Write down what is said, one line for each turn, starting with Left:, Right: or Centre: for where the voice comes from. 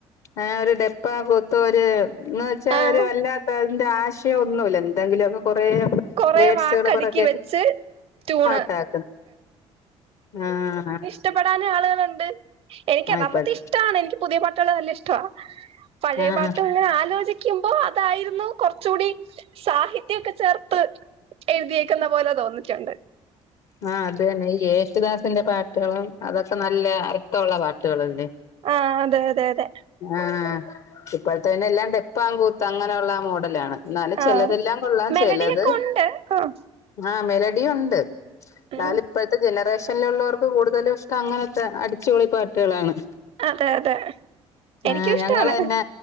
Left: ആ ഒരു ഡെപ്പ കൂത്തര് എന്ന് വെച്ചാ
Right: ആഹ്
Left: ഒരു വല്ലാ അതിന്റെ ആശയം ഒന്നുമില്ല എന്തെങ്കിലുമൊക്കെ കൊറെ-
Right: കൊറെ
Left: വേഡസകൾ
Right: വാക്കടുക്കി
Left: പുറക്ക
Right: വെച്ച് ട്യൂണ്
Left: പാട്ടക്കന്ന്. ആഹ
Right: ഇഷ്ടപ്പെടാന ആളുകളുണ്ട്. എനിക്ക് യഥാപത്തെ
Left: ഇപ്പഴത്തെ
Right: ഇഷ്ടമാണ് എനിക്ക് പുതിയ പാട്ടുകൾ നല്ല ഇഷ്ട പഴയ
Left: ആഹ്
Right: പാട്ടും ഇങ്ങനെ ആലോചി- ക്കുമ്പോ അതായിരുന്നു കുറച്ച കൂടി സാഹിത്യം ഒക്കെ ചേ- ത്ത് എഴുതിയേക്കുന്ന പോലെ തോന്നിട്ടുണ്ട്.
Left: ആഹ അത് തന്നെ ഈ യേശുദാസിന്റെ പാട്ടുകളും അതൊക്കെ നല്ല അർത്ഥമുള്ള പാട്ടുകളല്ലേ.
Right: ആഹ് അതെ അതെ അതെ.
Left: ആഹ് ഇപ്പോഴത്തെ പിന്നെ എല്ലാം ടെപ്പാം കൂത്ത് അങ്ങനെയുള്ള മോഡലാണ്. എന്നാല് ചെലതെല്ലാം
Right: ആഹ്
Left: കൊള്ളാം
Right: മെലഡിയൊക്കെ
Left: ചെലത്.
Right: ഉണ്ട് ആഹ്
Left: ആഹ് മെലഡി ഒണ്ട് എന്നാലും
Right: ഉം
Left: ഇപ്പോഴത്തെ ജനറേഷനിലുള്ളവർക്ക് കൂടുതലും ഇഷ്ടം അങ്ങനത്തെ അടിച്ചുപൊളി പാട്ടുകളാണ്
Right: അതെ അതെ
Left: ആ്
Right: എനിക്കും ഇഷ്ടാണ്
Left: ഞങ്ങൾ തന്നെ